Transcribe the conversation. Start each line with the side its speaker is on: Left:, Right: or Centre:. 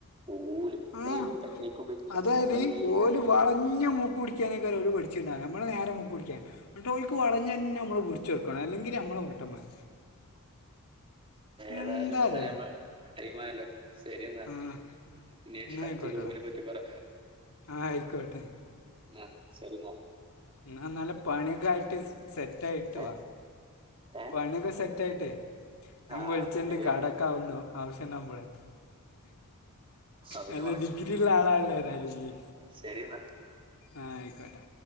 Right: ഓല് പണ്ട്
Left: ആഹ്
Right: ഏതോ ടെക്നിക്കും വെച്ച് പഠിച്ച
Left: അതായത്
Right: നമ്മളെ ഏ ഉണ്ടല്ലോ
Left: ഓല് വളഞ്ഞ് മൂക്ക് പിടി ക്ക ഒര് പഠിച്ചണ്ടാവ നമ്മള നേരെ മുക്ക് പിടിക്കാൻ ട്ട് ഓൾക്ക് വളഞ്ഞ് തന്നെ നമ്മള് ചെടുക്കണം അല്ലെങ്കിൽ നമ്മൾ പൊട്ടമാർ
Right: ഏതായാലും
Left: എന്താലേ
Right: ഏലും നമ്മള് ടൈം ആയല്ലോ ശരി എന്നാ
Left: ആഹ്
Right: ഇൻഷാ
Left: എന്നാ ആയിക്കോട്ടെടാ
Right: അടുത്ത ജോബിനെ പറ്റി പറ
Left: ആയിക്കോട്ടെ
Right: ഇന്നാശെരിന്ന
Left: എന്ന നല്ല പണിയൊക്കെ ആയിട്ട് സെറ്റായിട്ട്
Right: ഏ
Left: വാ
Right: ഏ
Left: പണിയൊക്കെ സെറ്റ് ആയിട്ടേ ഞാൻ
Right: ആ
Left: വിളിച്ചിണ്ട്
Right: ശരിയെന്നാ
Left: കടക്ക ആവണ്ടോ ആവശ്യം ഉണ്ടാവുമ്പോളേ
Right: സബിനെ
Left: നല്ല ഡിഗ്രിള്ള ആളാല്ല ഏതായാലും ജ്ജ്
Right: ശരി എന്നാ
Left: ആഹ് ആയിക്കോട്ടെ